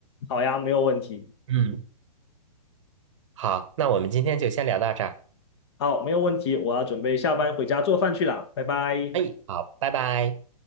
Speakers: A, on the left (about 45°); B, on the right (about 50°).
A: 好呀，没有问题。
B: 嗯，好，那我们今天就先聊到这儿。
A: 好，没有问题，我要准备下班回家做饭去了，拜拜。
B: 哎，好，拜拜。